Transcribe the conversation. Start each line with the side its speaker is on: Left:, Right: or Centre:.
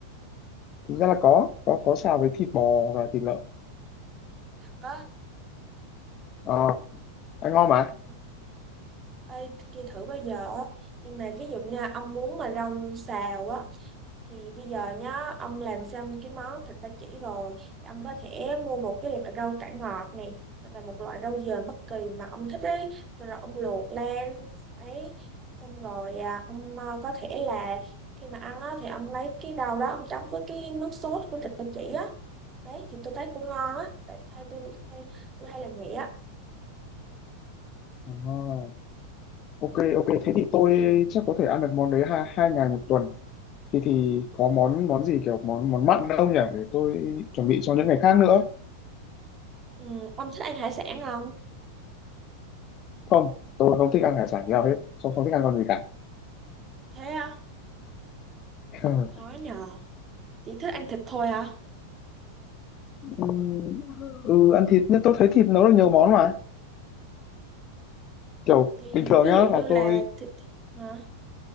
Left: thực ra là có có có xào với thịt bò và thịt lợn
Right: thật á
Left: Ờ, ăn ngon mà
Right: Ừ. Ê, tôi kia thử bao giờ á nhưng mà ví dụ như ông muốn mà rau xào á thì bây giờ nhá ông làm xong cái món thịt ba chỉ rồi thì ông có thể mua một cái loại rau cải ngọt này hoặc là một loại rau dền bất kỳ mà ông thích ấy rồi ông luộc lên ấy xong rồi à, ông à, có thể là khi mà ăn á thì ông lấy cái rau đó ông chấm với cái nước sốt của thịt ba chỉ á đấy thì tôi thấy cũng ngon á tại thay tôi hay tôi hay làm vậy á
Left: Ờ, ok ok thế thì tôi chắc có thể ăn được món đấy hai hai ngày một tuần thì thì có món món gì kiểu món món mặn nữa không nhỉ để tôi chuẩn bị cho những ngày khác nữa
Right: ừ, ông thích ăn hải sản không
Left: không tôi không thích ăn hải sản nhiều hết tôi không thích ăn con gì cả
Right: thế á
Left: <laughs>
Right: khó nhờ Chị thích ăn thịt thôi hả?
Left: ừ, ừ, ăn thịt nhưng tôi thấy thịt nấu được nhiều món mà kiểu
Right: Thì
Left: bình thường
Right: ví
Left: nhá
Right: dụ như
Left: là
Right: là
Left: tôi
Right: thịt, thịt hả?